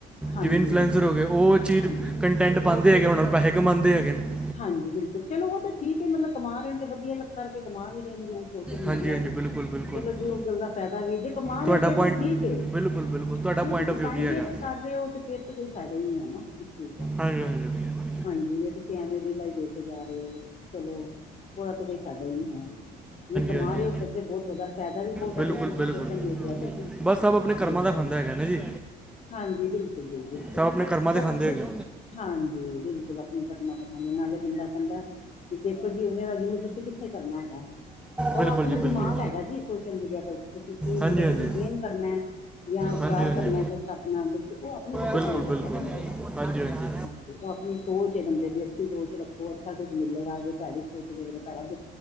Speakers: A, on the left; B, in the centre.
A: ਹਾਂਜੀ
B: ਜਿਵੇਂ ਇਨਫਲੂਐਂਸਰ ਹੋ ਗਏ ਉਹ ਚੀਜ਼
A: ਹਾਂਜੀ
B: ਕੰਟੈਂਟ ਪਾਉਂਦੇ ਹੈਗੇ ਉਹਨਾਂ ਨੂੰ ਪੈਸੇ ਕਮਾਉਂਦੇ ਹੈਗੇ ਨੇ
A: ਹਾਂਜੀ ਬਿਲਕੁਲ ਚਲੋ ਉਹ ਤਾਂ ਠੀਕ ਹੈ ਮਤਲਬ ਕਮਾ ਰਹੇ ਨੇ ਤੇ ਵਧੀਆ ਲੱਗਾ ਰਏ ਕਮਾ ਵੀ ਰਹੇ ਮੇਨੂੰ ਸੋਸ਼ਲ ਮੀਡੀਆ
B: ਹਾਂਜੀ ਹਾਂਜੀ
A: ਤੇ
B: ਬਿਲਕੁਲ ਬਿਲਕੁਲ
A: ਚਲੋ ਜੀ ਉਹ ਗੱਲ ਦਾ ਫਾਇਦਾ ਵੀ ਜੇ ਕਮਾ
B: ਤੁਹਾਡਾ
A: ਰਿਹਾ ਫਿਰ
B: ਪੁਆਇੰਟ
A: ਤੇ ਠੀਕ ਹੈ
B: ਬਿਲਕੁਲ ਬਿਲਕੁਲ ਤੁਹਾਡਾ
A: ਜੇ
B: ਪੁਆਇੰਟ
A: ਤੁਸੀਂ
B: ਆਫ
A: ਟਾਈਮ
B: ਕੀ ਹੈਗਾ
A: ਵੇਸਟ ਕਰ ਰਹੇ ਹੋ ਤਾਂ ਫਿਰ ਤਾਂ ਕੋਈ ਫਾਇਦਾ ਹੀ ਨਹੀਂ ਹੈ ਨਾ ਇਸ ਚੀਜ਼ ਦਾ
B: ਹਾਂਜੀ ਹਾਂਜੀ
A: ਹਾਂਜੀ ਇਹ ਸਿਆਣੇ ਦੀ ਲਾਈ ਦੇ ਕੇ ਜਾ ਰਹੇ ਹੋ ਚਲੋ ਉਹ ਤਾਂ ਕੋਈ ਫੈਦਾ ਹੀ ਹੈ ਜ ਕਮਾ
B: ਹਾਂਜੀ
A: ਰਹੇ
B: ਹਾਂਜੀ
A: ਹੋ ਇੱਥੇ ਬਹੁਤ ਵਾ ਫਾਇਦਾ ਵੀ ਬਹੁਤ
B: ਬਿਲਕੁਲ
A: ਆ ਦੇਖੋ ਜੀ
B: ਬਿਲਕੁਲ
A: ਸੋਸ਼ਲ ਮੀਡੀਆ ਤੇ
B: ਬਸ ਸਭ ਆਪਣੇ ਕਰਮਾਂ
A: ਬਿਲਕੁਲ
B: ਖਾਂਦਾ ਹੈਗਾ ਨਾ ਜੀ
A: ਹਾਂਜੀ ਬਿਲਕੁਲ ਬਿਲਕੁਲ ਸਹੀ
B: ਸਭ ਆਪਣੇ
A: ਹ
B: ਕਰਮਾਂ ਦੇ ਖਾਂਦੇ ਹੈਗੇ
A: ਹਾਂਜੀ ਬਿਲਕੁਲ ਆਪਣੇ ਘਮ ਸਣੇ ਨਾਲੇ ਬੰਦਾ ਕਦਾ ਦੇਖੋ ਜੀ ਉਹ ਦਾ ਜ਼ੂਰ ਤੁ ਕਿੱਥੇ ਕਰਨਾ ਹੈਗਾ ਉਹ
B: ਬਿਲਕੁਲ
A: ਆਪਣਾ
B: ਜੀ ਬਿਲਕੁਲ
A: ਦਿਮਾਗ ਹੈਗਾ ਜੀ ਸੋਸ਼ਲ ਮੀਡੀਆ ਦਾ ਤੁਸੀਂ ਕੀ ਮਤਲਬ
B: ਹਾਂਜੀ ਹਾਂਜੀ
A: ਤੁਸੀਂ ਗੇਨ ਕਰਨਾ ਹੈ ਜਾਂ
B: ਹਾਂਜੀ
A: ਖ਼ਰਾਬ
B: ਹਾਂਜੀ
A: ਕਰਨਾ ਕੁਛ ਆਪਣਾ ਬਕ ਉਹ ਆਪਣੇ ਤੇ ਡਿਪੈਂਡ
B: ਬਿਲਕੁਲ
A: ਕਰਦਾ
B: ਬਿਲਕੁਲ
A: ਬੰਦੇ ਦਾ
B: ਹਾਂਜੀ ਹਾਂਜੀ
A: ਉਹ ਆਪਣੀ ਸੋਚ ਏ ਬੰਦੇ ਦੀ ਅੱਛੀ ਸੋਚ ਰੱਖੋ ਅੱਛਾ ਕੁੱਛ ਮਿਲੇਗਾ ਜੇ ਤੁਹਾਡੀ ਪ ਦੇੋਗੇ ਉਹਦੇ ਨਾਲ